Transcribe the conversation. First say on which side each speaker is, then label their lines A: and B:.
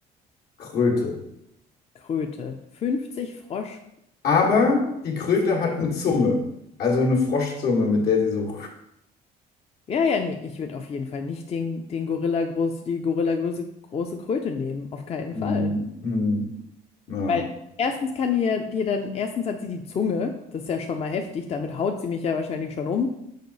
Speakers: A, on the left; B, on the left.
A: Kröte.
B: Kröte. 50 Frosch.
A: Aber die Kröte
B: große
A: hat eine Zunge. Also eine Froschzunge, mit der sie so
B: Ja, ja, nee, ich würde auf jeden Fall nicht den, den Gorilla groß, die Gorilla große, große Kröte nehmen. Auf keinen
A: Mhm.
B: Fall.
A: Mhm. Ja.
B: Weil erstens kann ihr dir dann, erstens hat sie die Zunge, das ist ja schon mal heftig, damit haut sie mich ja wahrscheinlich schon um.